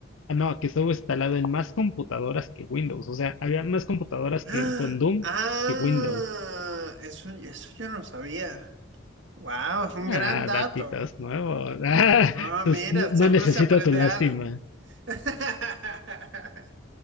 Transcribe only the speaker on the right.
¡Ah!
¡Ah!
Eso, eso yo no lo sabía. Wow, es un
gran dato.
No,
mira,
siempre
se aprende
algo. <laughs>